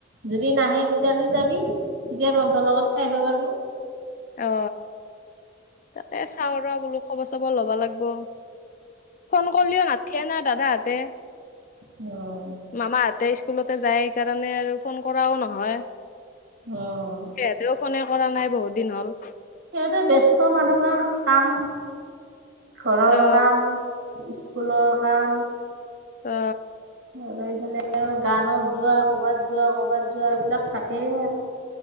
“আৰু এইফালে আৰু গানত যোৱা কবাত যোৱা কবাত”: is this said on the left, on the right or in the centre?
Right